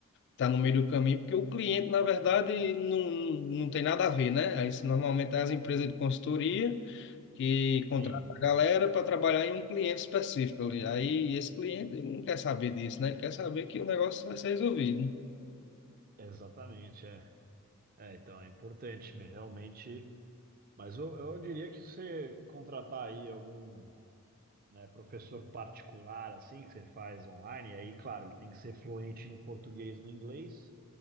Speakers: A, on the left; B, on the right.
A: tá no meio do caminho, porque o cliente, na verdade, não, não tem nada a ver, né? Aí, se normalmente é as empresas de consultoria que contratam
B: sim,
A: a galera para trabalhar em um cliente específico ali. Aí esse cliente ele não quer saber disso, né? Ele quer saber que o negócio vai ser resolvido.
B: exatamente, é. É, então é importante, mas realmente. Mas eu, eu diria que você contratar aí algum né, professor particular, assim, que você faz online, e aí, claro, ele tem que ser fluente no português e no inglês,